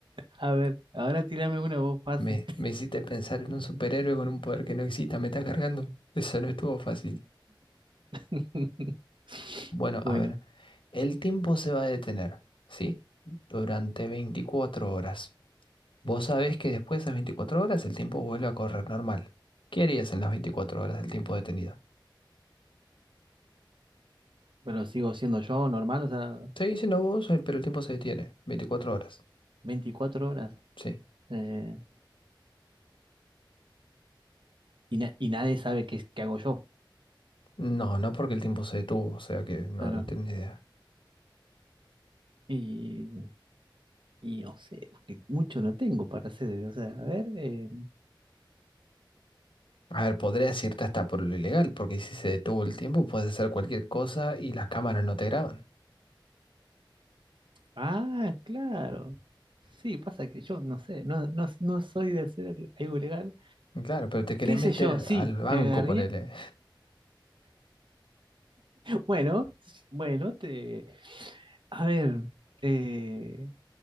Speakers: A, on the right; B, on the left.
A: A ver, ahora tírame una voz fácil.
B: Me, me hiciste pensar en un superhéroe con un poder que no exista, me estás cargando. Eso no estuvo fácil.
A: <laughs>
B: Bueno,
A: Bueno,
B: a ver, el tiempo se va a detener, ¿sí? Durante 24 horas. Vos sabés que después de esas 24 horas el tiempo vuelve a correr normal. ¿Qué harías en las 24 horas del tiempo detenido?
A: pero sigo siendo yo normal, o sea,
B: Seguís siendo vos, eh, pero el tiempo se detiene. veinticuatro horas,
A: 24 horas.
B: sí.
A: eh, y, na- y nadie sabe qué, es- qué hago yo.
B: No, no porque el tiempo se detuvo, o sea que no,
A: Claro.
B: no tengo ni idea.
A: Y, y no sé, porque mucho no tengo para hacer. O sea, a ver. eh,
B: A ver, podría decirte hasta por lo ilegal, porque si se detuvo el tiempo puedes hacer cualquier cosa y las cámaras no te graban.
A: ah, claro. Sí, pasa que yo no sé, no, no, no soy de hacer algo ilegal.
B: Claro, pero te querés
A: ¿Qué
B: meter
A: sé yo? Sí,
B: al banco,
A: me agarría.
B: ponele.
A: Bueno, bueno, te. A ver. eh,